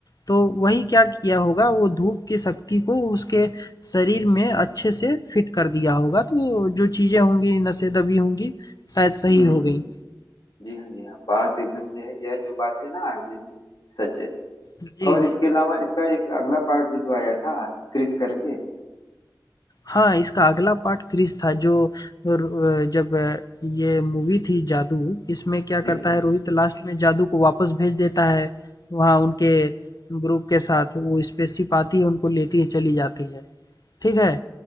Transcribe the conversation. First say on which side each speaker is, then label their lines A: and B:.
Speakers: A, on the left (about 55°); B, on the left (about 70°).
A: तो वही क्या किया होगा वो धूप की शक्ति को उसके शरीर में अच्छे से फिट कर दिया होगा, तो जो चीज़ें होंगी, नसें दबी होंगी शायद सही
B: हम्म
A: हो गई।
B: जी हाँ जी हाँ बात एकदम यह यह जो बात है ना यही सच है
A: जी।
B: और इसके अलावा इसका एक अगला पार्ट भी तो आया था क्रिस करके
A: हाँ, इसका अगला पार्ट क्रिश था जो र अ, जब ये मूवी थी जादू, इसमें क्या
B: जी
A: करता
B: जी
A: है रोहित लास्ट में जादू को वापस भेज देता है, वहाँ उनके ग्रुप के साथ वो स्पेसशिप आती है उनको लेती है चली जाती है, ठीक है?